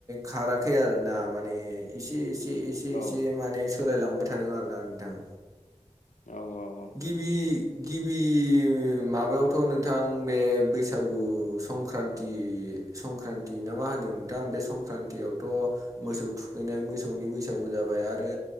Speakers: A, on the right (about 25°); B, on the left (about 80°).
A: खाराखै आरोना माने एसे एसे एसे
B: औ
A: एसे माने सोलायलांबाय थादों आरोना नोंथां
B: औ औ
A: गिबि गिबि माबायावथ' नोंथां बे बैसागु संक्रान्ति संक्रान्ति ना मा होनो नोंथां बे संक्रान्तियावथ'
B: औ
A: मोसौ थु खैनाय मोसौनि बैसागु जाबाय आरो